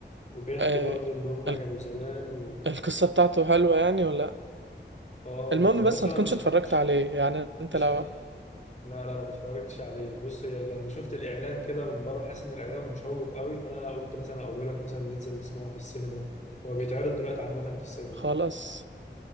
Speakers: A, on the left (about 40°); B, on the right (about 85°).
A: وبيحكي
B: آه،
A: برضو ان هما
B: ال-
A: كانوا زمان و...
B: القصة بتاعته حلوة يعني ولا لأ؟
A: اه
B: المهم
A: هو
B: بس
A: بص
B: ما
A: انا
B: تكونش
A: مش
B: اتفرجت
A: مش
B: عليه يعني انت
A: مش
B: لو
A: لا لا انا ما اتفرجتش عليه بص هي لما شفت الاعلان كده من بره حاسس ان الاعلان مشوق قوي فانا قلت مثلا اقول لك مثلا ننزل نسمعه في السينما هو بيتعرض دلوقتي عامه في السينما
B: خلاص
A: يعني.